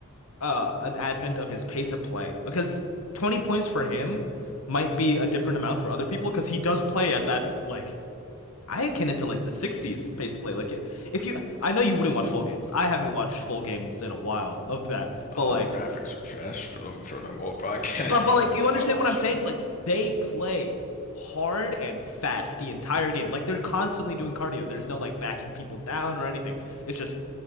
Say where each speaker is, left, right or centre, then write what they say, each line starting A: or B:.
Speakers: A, on the left; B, on the left.
A: uh an advent of his pace of play because 20 points for him might be a different amount for other people because he does play at that like I akin it to like the 60s pace of play like if you I know you wouldn't watch full games I haven't watched full games in a while of that but
B: Nah,
A: like
B: the graphics are trash for them for them old broadcasts.
A: but but like
B: <laughs> I
A: you
B: would
A: understand
B: not watch
A: what I'm saying
B: them.
A: like they play hard and fast the entire game like they're constantly doing cardio there's no like backing people down or anything it's just